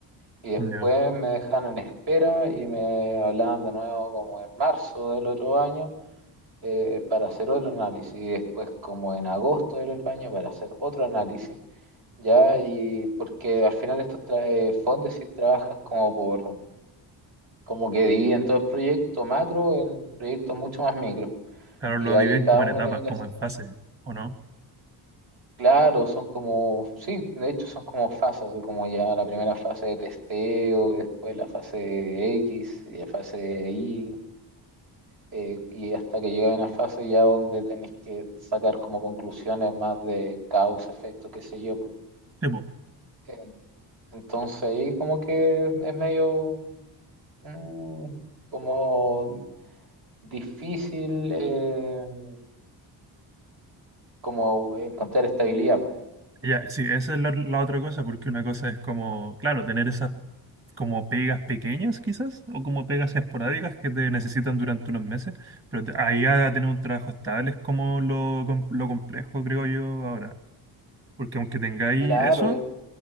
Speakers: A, on the right; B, on the right.
A: y después
B: Ya,
A: me dejaban en espera y me hablaban de nuevo como en marzo del otro año eh, para hacer otro análisis y después como en agosto del otro año para hacer otro análisis, ya, y porque al final estos tra- eh, fondos sí trabajan como por como que dividen todo el proyecto macro en proyectos mucho más micro.
B: Claro,
A: Y
B: lo
A: de ahí
B: dividen
A: cada
B: como
A: uno
B: en etapas,
A: tiene que
B: como
A: hacer,
B: en fases, ¿o no?
A: claro, son como, sí, de hecho son como fases, así como ya la primera fase de testeo, después la fase de X, y la fase de Y, eh, y hasta que llega una fase ya donde tenés que sacar como conclusiones más de causa, efecto, qué sé yo.
B: Sí,
A: Eh, Entonces ahí como que es medio mm, como difícil. eh, como encontrar estabilidad.
B: Ya, sí, esa es la, la otra cosa, porque una cosa es como, claro, tener esas como pegas pequeñas quizás, o como pegas esporádicas que te necesitan durante unos meses, pero te- ahí a tener un trabajo estable es como lo, com- lo complejo, creo yo, ahora. Porque aunque tengáis
A: Claro,
B: eso,